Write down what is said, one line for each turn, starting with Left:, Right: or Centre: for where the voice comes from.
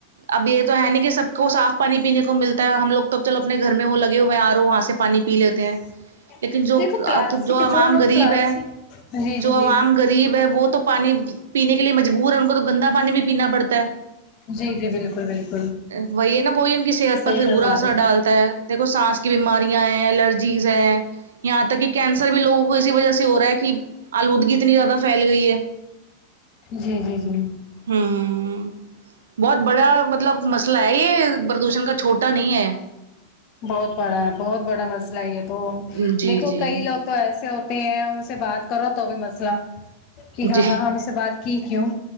Right: اب یہ تو ہے نا کہ سب کو صاف پانی پینے کو ملتا ہے ہم لوگ تب چلو اپنے گھر میں وہ لگے ہوئے ہیں آر او وہاں سے پانی پی لیتے ہیں
Left: <inaudible>
Right: لیکن جو
Left: دیکھو پلاسٹک
Right: جو عوام
Left: لوگ
Right: غریب
Left: پلاسٹک
Right: ہے
Left: جی جی
Right: جو عوام
Left: جی
Right: غریب ہے وہ تو پانی پینے کے لیے مجبور ہے ان کو تو گندا پانی بھی پینا پڑتا ہے
Left: جی جی بالکل بالکل
Right: وہی ہے نا وہی ان کی صحت
Left: صحیح
Right: پر پھر
Left: فرما
Right: برا اثر
Left: رہے
Right: ڈالتا ہے دیکھو سانس کی بیماریاں ہیں الرجی جیز ہے یہاں تک کہ کینسر بھی لوگوں کو اسی وجہ سے ہو رہا ہے کہ آلودگی اتنی زیادہ پھیل گئی ہے
Left: جی جی جی
Right: ہوں بہت بڑا مطلب مسئلہ ہے یہ پردوشن کا چھوٹا نہیں ہے
Left: بہت بڑا ہے بہت بڑا مسئلہ ہے یہ تو
Right: ہے جی
Left: دیکھو
Right: جی
Left: کئی لوگ تو ایسے ہوتے ہیں ان سے بات کرو تو بھی مسئلہ کہ ہاں
Right: جی
Left: ہاں ہاں ہم سے بات کی کیوں